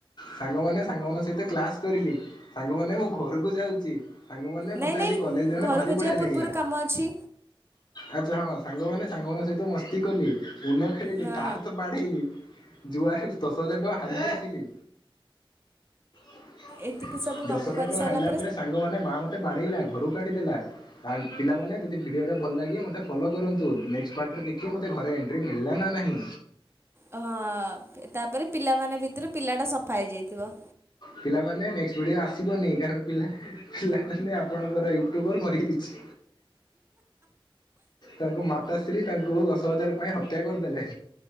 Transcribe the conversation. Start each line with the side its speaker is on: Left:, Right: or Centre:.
Left: ସାଙ୍ଗମାନେ ସାଙ୍ଗ ମାନଙ୍କ ସହିତ କ୍ଲାସ କରିଲି ସାଙ୍ଗ ମାନେ ମୁଁ ଘରକୁ ଯାଉଛି ସାଙ୍ଗମାନେ ମତେ
Right: ନାଇଁ
Left: ଆଜି
Right: ନାଇଁ
Left: କଲେଜରେ ଜଣେ
Right: ଘରକୁ
Left: ଭାରି ବଢିଆ
Right: ଯିବା
Left: ଲାଗିଲା।
Right: ପୂର୍ବରୁ କାମ ଅଛି।
Left: ଆଚ୍ଛା ହଁ ସାଙ୍ଗମାନେ ସାଙ୍ଗ ମାନଙ୍କ ସହିତ ମସ୍ତି କଲି <unintelligible> ଖେଳିଲି
Right: ହଁ
Left: ତାସ ବାଢେଇଲି ଯୁଆରେ ଦଶ ହଜାର ଟଙ୍କା ହାରିକି ଆସିଲି ଦଶ
Right: ଏତିକି ସବୁ କାମ
Left: ହଜାର
Right: କରିସାରିଲା
Left: ଟଙ୍କା ହାରିଲା ପରେ ସାଙ୍ଗ ମାନେ ମାନେ ମା ମୋତେ ବାଡ଼େଇଲା ଘରୁ କାଢିଦେଲା। ଆ ପିଲାମାନେ ଯଦି ଭିଡ଼ିଓଟା ଭଲ ଲାଗେ ମୋତେ ଫଲୋ କରନ୍ତୁ ନେକ୍ସକ୍ଟ ପାର୍ଟରେ ଦେଖି ମୋତେ ଘରେ। ମିଳିଲା ନା ନାହିଁ।
Right: ହଁ ତାପରେ ପିଲା ମାନେ ଭିତରେ ପିଲା ଟା ସଫା ହେଇଯାଇଥିବ।
Left: ପିଲାମାନେ ନେକ୍ସଟ ଭିଡିଓ ଆସିବନି କାରଣ ପିଲାମାନେ ଆପଣଙ୍କର ଏଇ <unintelligible> ମରିଛି କିଛି? ତାଙ୍କ ମାତାଶ୍ରୀ ତାଙ୍କୁ ଦଶ ହଜାର ପାଇଁ ହତ୍ୟା କରିଦେଲେ।